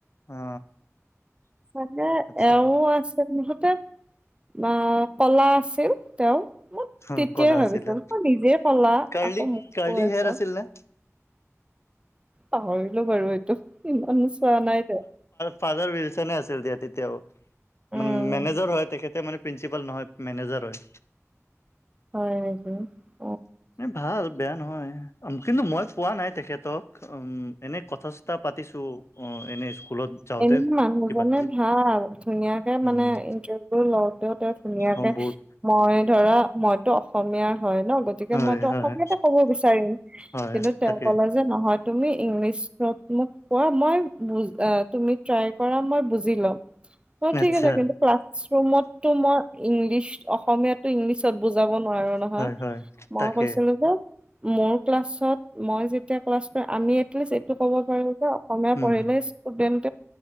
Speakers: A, on the left; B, on the right.
A: অ
B: চাগে
A: আচ্ছা
B: এওঁ আছে <unintelligible> বা ক'লা আছিল তেওঁ। মোক
A: অ
B: তেতিয়াই
A: কলা
B: ভাবিছোঁ,
A: আছিলে
B: তই নিজে কলা
A: কাৰ্লি
B: আকৌ মোক
A: কাৰ্লি
B: কৈ আছ।
A: হেয়াৰ আছিল নে
B: পাহৰিলো বাৰু এইটো ইমানো চোৱা নাই দে।
A: ফাডাৰ উইলচনে আছিল দিয়া তেতিয়াও,
B: উম
A: মানে মেনেজাৰ হয় তেখেতে মানে প্ৰিঞ্চিপাল নহয়, মেনেজাৰ হয়।
B: হয় সেইটো।
A: এ ভাল বেয়া নহয়, কিন্তু মই পোৱা নাই তেখেতক, উম এনে কথা চথা পাতিছো অ' এনে স্কুলত যাওঁতে
B: এনে মানুহজনে
A: কিবা কিবি
B: ভাল, ধুনীয়াকে
A: উম
B: মানে ইন্টাৰভিউ লওঁতেওঁ তেওঁ ধুনীয়াকে
A: অ বহুত
B: মই ধৰা মইতো অসমীয়াৰ হয় ন, গতিকে
A: হয়
B: মইতো
A: হয়
B: অসমীয়াতে ক'ব বিচাৰিম
A: হয়
B: কিন্তু তেওঁ
A: তাকে
B: কলে যে নহয় তুমি ইংলিছ চত মোক কোৱা মই বুজ অ তুমি ট্ৰাই কৰা মই বুজি ল'ম। অ', ঠিক
A: আচ্ছা
B: আছে কিন্তু ক্লাছৰুমতটো মই ইংলিছ অসমীয়াটো ইংলিছত বুজাব নোৱাৰো নহয়
A: হয় হয়
B: মই
A: তাকে
B: কৈছিলো যে মোৰ ক্লাছত মই যেতিয়া ক্লাছ কৰিম আমি <unintelligible> এইটো ক'ব পাৰো যে অসমীয়া
A: উম
B: পঢ়িলে ষ্টুডেণ্ট